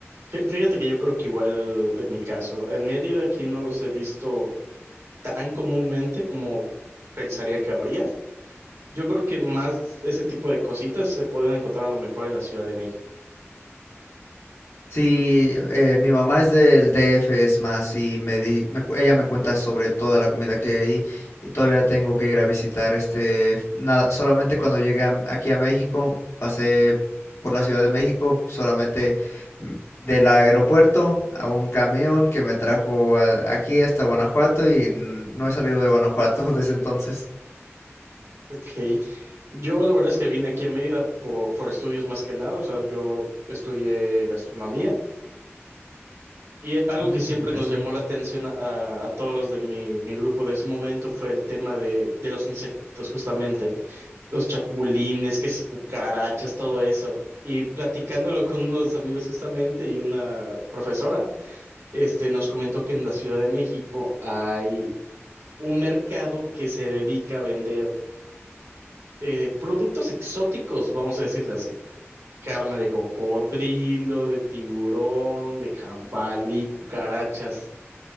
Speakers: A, on the right (about 70°); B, on the left (about 65°).
A: Fí- Fíjate que yo creo que igual en mi caso, en Mérida aquí no los he visto tan comúnmente como pensaría que habría. Yo creo que más ese tipo de cositas se podrían encontrar a lo mejor en la Ciudad de México.
B: Sí, eh, mi mamá es del DF, es más, y me di- me cu- ella me cuenta sobre toda la comida que hay ahí y todavía tengo que ir a visitar este, f- nada, solamente cuando llegué a- aquí a México, pasé por la Ciudad de México, solamente mm, del aeropuerto a un camión que me trajo a- aquí hasta Guanajuato y n- no he salido de Guanajuato <laughs> desde entonces.
A: Ok. Yo la verdad es que vine aquí a Mérida por, por estudios más que nada. O sea, yo estudié gastronomía y eh,
B: Mm,
A: algo que siempre
B: interesante.
A: nos llamó la atención a, a todos los de mi, mi grupo de ese momento fue el tema de, de los insectos, justamente. Los chapulines, que si cucarachas, todo eso. Y platicándolo con unos amigos justamente y una profesora, este, nos comentó que en la Ciudad de México hay un mercado que se dedica a vender eh, productos exóticos, vamos a decirle así. Carne de cocodrilo, de tiburón, de jabalí, cucarachas,